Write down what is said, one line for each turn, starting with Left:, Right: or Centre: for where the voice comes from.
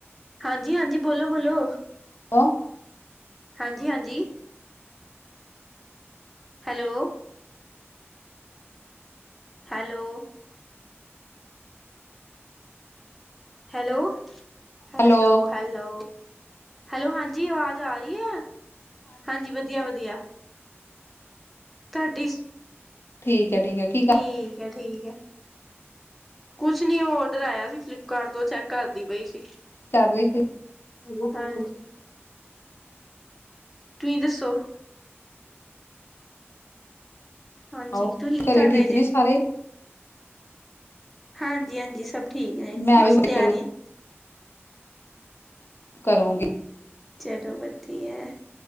Centre: ਹਾਂਜੀ-ਹਾਂਜੀ, ਬੋਲੋ-ਬੋਲੋ।
Left: ਲੋ
Centre: ਹਾਂਜੀ-ਹਾਂਜੀ। Hello. Hello. Hello. hello hello.
Left: Hello
Centre: Hello ਹਾਂਜੀ ਆਵਾਜ਼ ਆ ਰੀ ਐ। ਹਾਂਜੀ ਵਧੀਆ-ਵਧੀਆ। ਤੁਹਾਡੀ।
Left: ਠੀਕ ਐ ਠੀਕ ਐ ਕੀ
Centre: ਠੀਕ ਐ ਠੀਕ ਐ। ਕੁਛ ਨੀ ਓ ਔਡਰ ਆਇਆ ਸੀ। ਫਲਿੱਪਕਾਰਟ ਤੋਂ ਓ ਚੈੱਕ ਕਰਦੀ ਪਈ ਸੀ।
Left: <inaudible>
Centre: ਹਾਂਜੀ। ਤੁਸੀਂ ਦੱਸੋ? ਹਾਂਜੀ।
Left: ਆਓ
Centre: ਤੁਸੀਂ ਕੀ
Left: ਘਰੇ
Centre: ਕਰ ਰੇ
Left: ਠੀਕ
Centre: ਜੇ।
Left: ਨੇ ਸਾਰੇ
Centre: ਹਾਂਜੀ-ਹਾਂਜੀ। ਸਭ ਠੀਕ ਨੇ
Left: ਮੈਂ
Centre: ਬਸ
Left: ਵੀ
Centre: ਤਿਆਰੀ।
Left: ਚਲੋ ਕਰੂਗੀ।
Centre: ਚਲੋ ਵਦੀਐ,